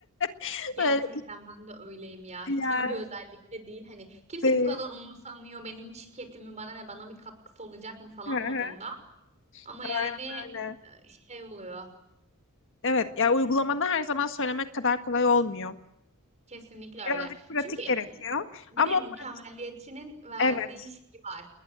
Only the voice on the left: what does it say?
<laughs>
Böyle
yani.
Hı
hı.
Aynen
öyle.
Evet, ya uygulamada her zaman söylemek kadar kolay olmuyor.
Birazcık pratik
gerekiyor.
Ama
o pra-
evet,